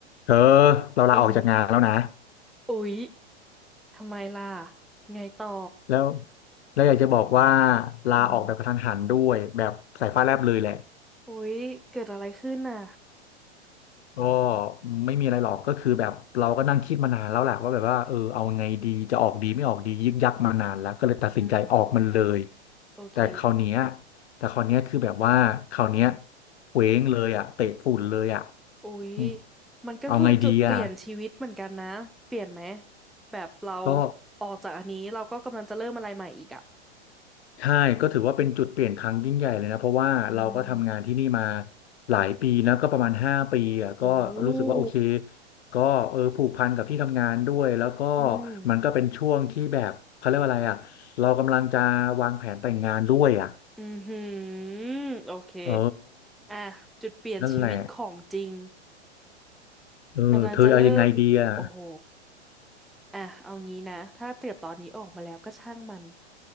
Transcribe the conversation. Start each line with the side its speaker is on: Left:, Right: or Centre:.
Left: เธอเราลาออกจากงานแล้วนะ
Centre: อืมอุ๊ยทำไมล่ะ ไงต่อ
Left: แล้วแล้วอยากจะบอกว่าลาออกแบบกระทันหันด้วยแบบสายฟ้าแลบเลยแหละ
Centre: อืมอุ๊ยเกิดอะไรขึ้นน่ะ
Left: ก็ไม่มีอะไรหรอกก็คือแบบเราก็นั่งคิดมานานแล้วแหละว่าแบบว่าเออเอาไงดีจะออกดีไม่ออกดียึกยักมานานแล้วก็เลยตัดสินใจออกมันเลย
Centre: อืมโอเค
Left: แต่คราวเนี้ยแต่คราวเนี้ยคือแบบว่าคราวเนี้ยเคว้งเลยอ่ะเตะฝุ่นเลยอ่ะ
Centre: อุ๊ย
Left: อืม
Centre: มันก็คือจุดเปลี่ยนชีวิตเหมือนกันนะ
Left: เอาไงดีอ่ะ
Centre: เปลี่ยนไหมแบบเรา
Left: ก็
Centre: ออกจากอันนี้เราก็กำลังจะเริ่มอะไรใหม่อีกอ่ะ
Left: ใช่ก็ถือว่าเป็นจุดเปลี่ยนครั้งยิ่งใหญ่เลยนะเพราะว่าเราก็ทำงานที่นี่มา
Centre: อืม
Left: หลายปีนะก็ประมาณห้าปีอ่ะก็รู้สึกว่าโอเค
Centre: โห
Left: ก็เออผูกพันกับที่ทำงานด้วยแล้วก็
Centre: อืม
Left: มันก็เป็นช่วงที่แบบเขาเรียกว่าอะไรอ่ะเรากำลังจะวางแผนแต่งงานด้วยอ่ะ
Centre: อือหือโอเค
Left: เออ
Centre: อ่ะจุดเปลี่ยนชีวิตของจริง
Left: นั่นแหละเออเธอเอายังไงดีอ่ะ
Centre: กำลังจะเริ่มโอ้โหอ่ะเอางี้นะถ้าเกิดตอนนี้ออกมาแล้วก็ช่างมัน